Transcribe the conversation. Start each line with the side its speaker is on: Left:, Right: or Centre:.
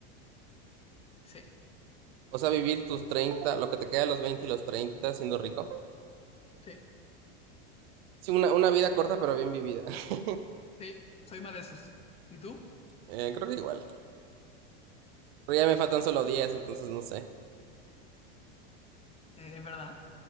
Left: Sí,
Right: O sea, vivir tus treinta lo que te queda de los 20 y los 30 siendo rico.
Left: sí,
Right: Sí, una, una vida corta pero bien vivida. <laughs>
Left: sí. Soy más de esos. ¿Y tú?
Right: Eh, creo que igual. Pero ya me faltan solo 10 entonces no sé.
Left: Eh, es verdad.